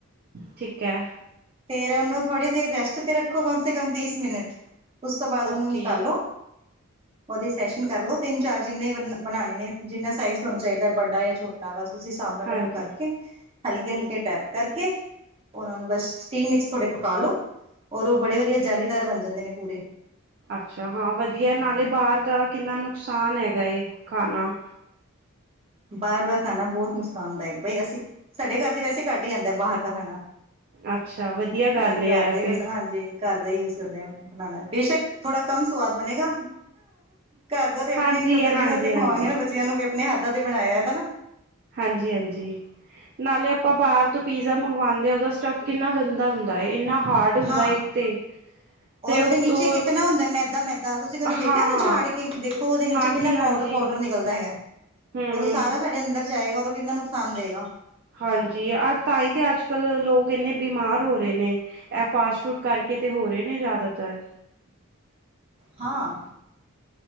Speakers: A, on the right; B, on the right.
A: ਠੀਕ ਹੈ
B: ਫੇਰ ਉਹਨੂੰ ਥੋੜੀ ਦੇਰ ਰੈਸਟ ਤੇ ਰੱਖੋ ਕਮ ਸੇ ਕਮ ਤੀਸ ਮਿੰਟ ਉਸ ਤੋਂ ਬਾਅਦ ਉਹਨੂੰ
A: ਓਕੇ
B: ਨਿਕਾਲੋ ਉਹਦੇ ਸੈਸ਼ਨ ਕਰ ਲੋ ਤਿੰਨ ਚਾਰ ਜਿੰਨੇ ਬਣਾਉਣੇ ਨੇ ਜਿਨਾ ਸਾਈਜ਼ ਤੁਹਾਨੂੰ ਚਾਹੀਦਾ ਹੈ ਵੱਡਾ ਜਾਂ ਛੋਟਾ ਹਾਂ ਬਸ ਉਸ ਹਿਸਾਬ ਨਾਲ
A: ਹਾਂਜੀ
B: ਉਹਨੂੰ ਕਰਕੇ ਹਲਕੇ ਹਲਕੇ ਟੈਪ ਕਰਕੇ ਉਹਨਾਂ ਨੂੰ ਬਸ ਸਟੀਮ ਵਿੱਚ ਥੋੜੇ ਪਕਾ ਲੋ ਔਰ ਉਹ ਬੜੇ ਵਧੀਆ ਜਾਲੀਦਾਰ ਬਣ ਜਾਂਦੇ ਨੇ ਪੂਰੇ
A: ਅੱਛਾ ਹਾਂ ਵਧੀਆ ਨਾਲੇ ਬਾਹਰ ਦਾ ਕਿੰਨਾ ਨੁਕਸਾਨ ਹੈਗਾ ਏ ਖਾਨਾ
B: ਬਾਹਰ ਦਾ ਖਾਣਾ ਬਹੁਤ ਨੁਕਸਾਨਦਾਇਕ ਬਈ ਅਸੀਂ ਸਾਡੇ ਘਰ ਦੇ ਵੈਸੇ ਘੱਟ ਹੀ ਆਂਦਾ ਬਾਹਰ ਦਾ ਖਾਣਾ
A: ਅੱਛਾ ਵਧੀਆ ਗੱਲ
B: ਅਸੀਂ
A: ਹੈ
B: ਘਰ ਦੇ
A: ਇਹ
B: ਹੀ ਪਸੰਦ
A: ਤੇ
B: ਹਾਂਜੀ ਘਰ ਦਾ ਹੀ ਯੂਜ ਕਰਦੇ ਆ ਬਣਾਉਣਾ ਬੇਸ਼ੱਕ ਥੋੜਾ ਕਮ ਸਵਾਦ ਬਣੇਗਾ ਘਰ ਦਾ ਤੇ ਆਪਣੀ
A: ਹਾਂਜੀ
B: ਈ ਤਸੱਲੀ
A: ਹਾਂਜੀ
B: ਨਾਲ ਤੇ ਖਵਾਂਗੇ
A: ਹਾਂਜੀ
B: ਨਾ ਬੱਚਿਆਂ ਨੂੰ ਵੀ ਆਪਣੇ ਹੱਥਾਂ ਤੇ ਬਣਾਇਆ ਹੈਨਾ
A: ਹਾਂਜੀ ਹਾਂਜੀ ਨਾਲੇ ਆਪਾਂ ਬਾਹਰ ਤੋਂ ਪੀਜ਼ਾ ਮੰਗਵਾਉਦੇ ਆ ਉਹਦਾ ਸਟੱਫ ਕਿੰਨਾ ਗੰਦਾ ਹੁੰਦਾ ਇੰਨਾ ਹਾਰਡ ਹੁੰਦਾ
B: ਹਾਂ
A: ਇੱਕ ਤੇ ਤੇ
B: ਔਰ ਉਹਦੇ
A: ਉਤੋਂ
B: ਨੀਚੇ ਕਿਤਨਾ ਹੁੰਦਾ ਮੈਦਾ ਮੈਦਾ ਤੁਸੀਂ ਕਦੇ ਦੇਖਿਆ
A: ਹਾਂ
B: ਉਹਨੂੰ ਕਦੇ ਝਾੜ ਕੇ ਦੇਖੋ ਉਹਦੇ ਨੀਚੇ
A: ਹਾਂਜੀ
B: ਕਿੰਨਾ
A: ਹਾਂਜੀ
B: ਪਾਊਡਰ ਪਾਊਡਰ ਨਿਕਲਦਾ ਹੈਗਾ
A: ਹਮ
B: ਔਰ ਉਹ ਸਾਰਾ ਸਾਡੇ ਅੰਦਰ ਜਾਏਗਾ ਔਰ ਉਹ ਕਿੰਨਾ ਨੁਕਸਾਨ ਦਏਗਾ
A: ਹਾਂਜੀ ਅ ਤਾਂਹੀ ਤੇ ਅੱਜ ਕੱਲ ਲੋਕ ਇੰਨੇ ਬਿਮਾਰ ਹੋ ਰਹੇ ਨੇ ਇਹ ਫਾਸਟ ਫੂਡ ਕਰਕੇ ਤਾਂ ਹੋ ਰਹੇ ਨੇ ਜ਼ਿਆਦਾਤਰ
B: ਹਾਂ